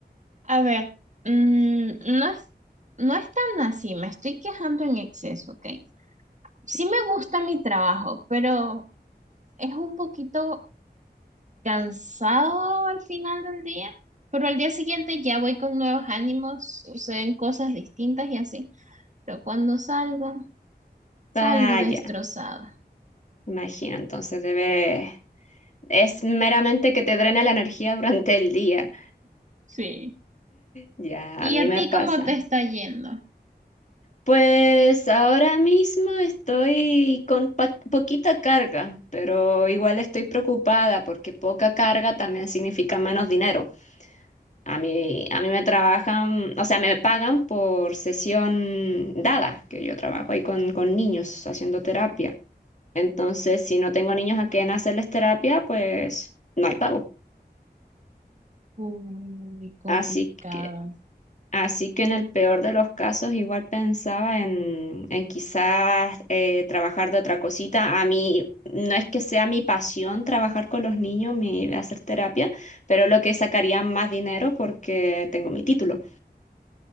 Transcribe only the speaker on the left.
Vaya,
imagino, entonces debe... Es meramente que te drena la energía durante el día.
Ya, a
mí
me
pasa.
Pues ahora mismo estoy con pa- poquita carga, pero igual estoy preocupada porque poca carga también significa menos dinero. A mí, a mí me trabajan, o sea, me pagan por sesión dada, que yo trabajo ahí con, con niños haciendo terapia. Entonces, si no tengo niños a quien hacerles terapia, pues no hay pago.
Así que Así que en el peor de los casos igual pensaba en, en quizás eh, trabajar de otra cosita. A mí no es que sea mi pasión trabajar con los niños, mi, hacer terapia, pero es lo que sacaría más dinero porque tengo mi título.